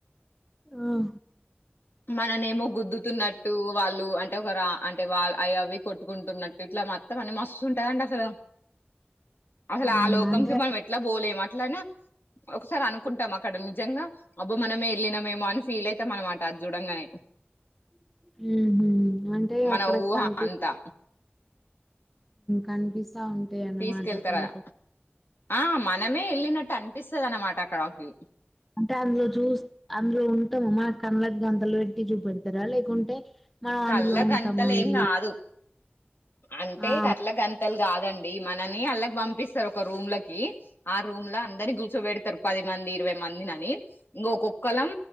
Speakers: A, in the centre; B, on the left (about 65°).
A: ఆహ
B: మననేమో గుద్దుతున్నట్ టు వాళ్ళు అంటే ఒక రా అంటే వా అవి అవి కొట్టుకుంటున్నట్టు ఇట్లా మొత్తం అని మస్తుంటదండి అసలు అసలు
A: అవునా
B: ఆ లోకంకి
A: అంటే
B: మనం ఎట్లా బోలేం అట్లనా ఒకసారి అనుకుంటాం అక్కడ నిజంగా అబ్బో మనమే ఎల్లినమేమో అని ఫీల్ అయితం అనమా ట అద్ చూడంగానే
A: మ్మ్ హ్మ్మ్ అంటే
B: మన
A: అక్కడ
B: ఊహ
A: కనిపిస్త
B: అంతా
A: కనిపిస్తా ఉంటాయి అన్నమాట
B: తీసుకెళ్తారు
A: కొన్ని
B: కదా,
A: కొ
B: ఆ మనమే ఎళ్ళినట్టు అనిపిస్తదనమాట అక్కడకి
A: అంటే అందులో చూస్ అందులో ఉంటాముమ్మా కళ్ళకి గంతలు పెట్టి చూపెడతారా లేకుంటే మనం
B: కళ్ళ
A: అందులో
B: గంతలు
A: ఉంటామా వెళ్ళి
B: ఏం కాదు అంటే
A: ఆ
B: కట్ల గంతలు కాదండి మనని అళ్ళకి పంపిస్తారు ఒక రూమ్లకి ఆ రూమ్లో అందరిని కూర్చోబెడతారు పది మంది ఇరవై మంది అని ఇంకా ఒక్కొక్కలం